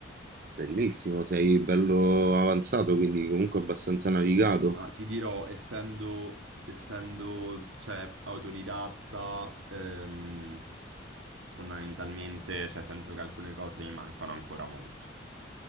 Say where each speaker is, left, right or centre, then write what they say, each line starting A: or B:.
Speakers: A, on the right (about 50°); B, on the right (about 85°).
A: Bellissimo, sei bello avanzato, quindi comunque abbastanza navigato.
B: Ah, ti dirò, essendo, essendo cioè, autodidatta, ehm, fondamentalmente cioè, sento che alcune cose mi mancano ancora molto.